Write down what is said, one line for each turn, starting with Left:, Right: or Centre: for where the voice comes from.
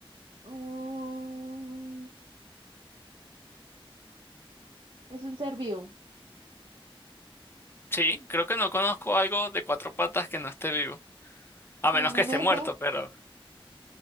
Right: un... es un ser vivo,
Left: sí, creo que no conozco algo de cuatro patas que no esté vivo. A
Right: como
Left: menos
Right: una
Left: que esté
Right: mesa.
Left: muerto, pero